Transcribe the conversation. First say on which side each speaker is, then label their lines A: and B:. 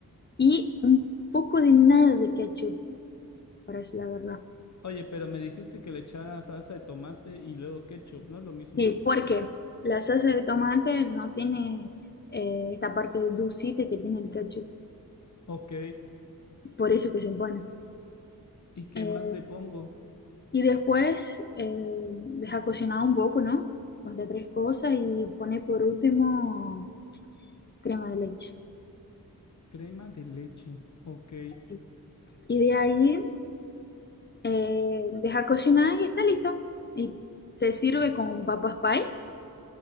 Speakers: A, on the left (about 30°); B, on the left (about 50°).
A: Y un poco de nada de ketchup, para decir la verdad.
B: Oye, pero me dijiste que le echara salsa de tomate y luego ketchup, ¿no es lo mismo?
A: Sí, porque la salsa de tomate no tiene eh, esta parte dulcita que tiene el ketchup,
B: Ok,
A: por eso que se pone.
B: ¿y qué
A: Eh,
B: más le pongo?
A: Y después eh, deja cocinar un poco, ¿no? Corta tres cosas y pone por último crema de leche.
B: Crema de leche. Ok,
A: Sí. Y de ahí eh, deja cocinar y está listo. Y se sirve con papas pie.